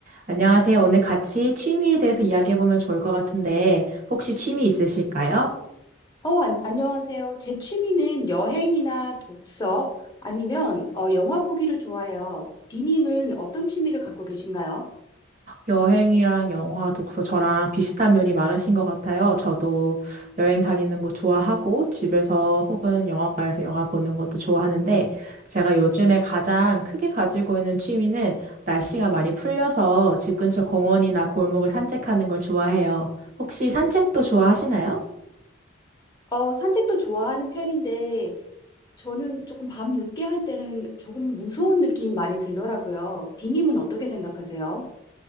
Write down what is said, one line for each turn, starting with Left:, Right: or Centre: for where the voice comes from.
Right: 안녕하세요. 오늘 같이 취미에 대해서 이야기해보면 좋을 것 같은데, 혹시 취미 있으실까요?
Left: 어, 안, 안녕하세요. 제 취미는 여행이나 독서 아니면 어, 영화 보기를 좋아해요. 비님은 어떤 취미를 갖고 계신가요?
Right: 여행이랑 영화, 독서 저랑 비슷한 면이 많으신 것 같아요. 저도 여행 다니는 거 좋아하고, 집에서 혹은 영화관에서 영화 보는 것도 좋아하는데, 제가 요즘에 가장 크게 가지고 있는 취미는 날씨가 많이 풀려서 집 근처 공원이나 골목을 산책하는 걸 좋아해요. 혹시 산책도 좋아하시나요?
Left: 어, 산책도 좋아하는 편인데 저는 조금 밤 늦게 할 때는 조금 무서운 느낌이 많이 들더라고요. 비님은 어떻게 생각하세요?